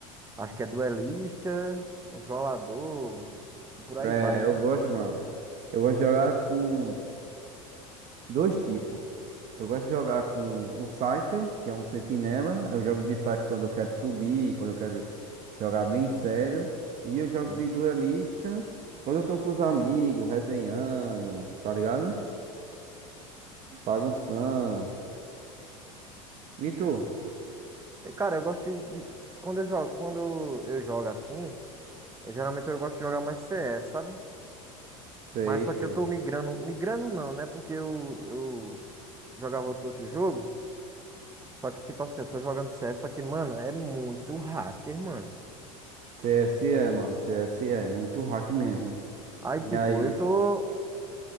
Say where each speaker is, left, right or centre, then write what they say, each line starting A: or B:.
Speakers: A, on the right; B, on the right.
A: Acho que é duelista, controlador, e por aí
B: É,
A: vai, né?
B: eu gosto, mano. Eu gosto de jogar com dois tipos. Eu gosto de jogar com o Cypher, que é um sentinela. Eu jogo de Cypher quando eu quero subir, quando eu quero jogar bem sério. E eu jogo
A: Sim.
B: de duelista quando eu tô com os amigos, resenhando, tá ligado? Bagunçando. E tu?
A: E, cara, eu gosto de. de- Quando eu jogo, quando eu jogo assim, eu, geralmente eu gosto de jogar mais CS, sabe?
B: Sei,
A: Mas só
B: sei.
A: que eu tô migrando. Migrando não, né? Porque eu, eu jogava outro outro jogo. Só que, tipo assim, eu tô jogando CS, só que, mano, é muito hacker, mano.
B: C S E, mano. C S E, muito hack mesmo.
A: Aí,
B: E
A: tipo,
B: aí?
A: eu tô.